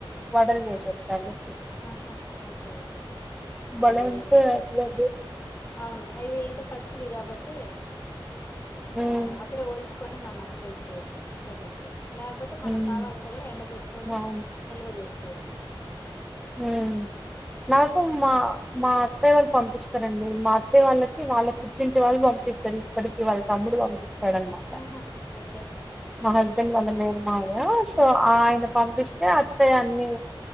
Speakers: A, in the centre; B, on the left (about 25°).
A: వడలు చేసేస్తాము
B: ఆహా ఒకే ఓకే ఓకే
A: బలే
B: అది
A: ఉంటాయి అసలు అది
B: అవును అది అయితే పచ్చివి కాబట్టి
A: హ్మ్.
B: ఆ అప్పుడు ఒల్చ కొని మనం చేసుకోవచ్చు కర్రీస్ లో లేగపోతే
A: హ్మ్.
B: మనం కావాలంటే కూడా ఎండ పెట్టుకని
A: అవును.
B: నిల్వ చేసు కోచ్
A: హ్మ్ నాకు మా మా అత్తయ్య వాళ్ళు పంపిస్తారండి మా అత్తేయ వాళ్ళకి వాళ్ళకు ఇంచి వాళ్ళు పంపిస్తారు ఇప్పటిక వాళ్ళ తమ్ముడు వాళ్ళు పిస్తాడన్నమాట
B: ఆహా ఓకే
A: మన నేను వాళ్ళ మేరు మాయా సో ఆయన
B: ఉమ్
A: పంపిస్తే ఆ తె అన్నీ